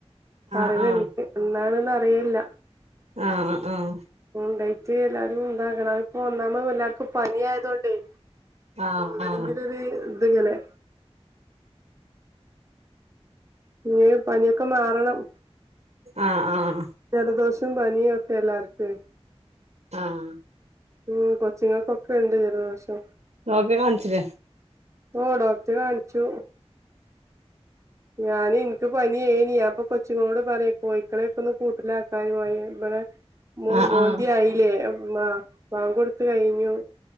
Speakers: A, on the right; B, on the right.
A: പറയ്ണ്
B: ആഹ് ആഹ്
A: ണ്ട് എന്നാണ്ന്ന് ന്നാറിയില്ല
B: ആഹ് ആഹ്
A: ഉണ്ടായിട്ട് എല്ലാരും ഇതാകണം. അതിപ്പോ ഒന്നാമത് എല്ലാർക്കും പനിയായതോണ്ടെയ്
B: ആഹ്
A: <unintelligible>
B: ആഹ്
A: ഇത്ങ്ങനെ ഇനി പനിയൊക്കെ മാറണം.
B: ആഹ് ആഹ്
A: ജലദോഷം ത്തും പനിയൊക്കെ എല്ലാർക്കുവേ
B: ആഹ്
A: ഉം കൊച്ച്ങ്ങക്കൊക്കെ ഇണ്ട് ജലദോഷം.
B: ഡോക്ടറെ കാണിച്ചില്ലേ?
A: ഓ ഡോക്ടറെ കാണിച്ചു ഞാന് ഇൻക്ക് പനിയേനി. അപ്പൊ കൊച്ചുങ്ങളോട് പറയാ കോയിക്കളെയൊക്കെ ഒന്ന് കൂട്ടിലാക്കാന് മഴ വര്മ്പളെ മു
B: ആഹ്
A: മോന്തിയായീല്ലേ?
B: ആഹ്
A: മാ ബാങ്കൊട്ത്ത് കഴിഞ്ഞു